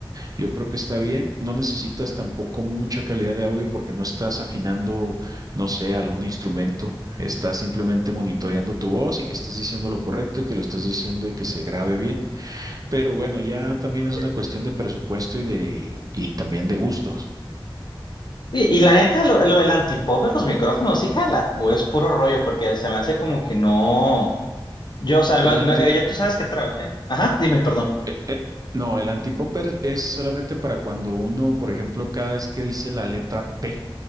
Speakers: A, on the right; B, on the left.
A: yo creo que está bien. No necesitas tampoco mucha calidad de audio porque no estás afinando, no sé, algún instrumento. Estás simplemente monitoreando tu voz y que estés diciendo lo correcto y que lo estés diciendo y que se grabe bien. Pero bueno, ya también
B: Ok.
A: es una cuestión de presupuesto y de y también de gustos.
B: Y, y la neta, lo, lo del antipop en los micrófonos, sí jala, o es puro rollo, porque se me hace como que no. Yo, o sea, lo-
A: El
B: lo-
A: anti
B: eh, ya tú sabes que trabajé. Ajá, dime, perdón.
A: eh, eh, no, el antipopper es solamente para cuando uno, por ejemplo, cada vez que dice la letra P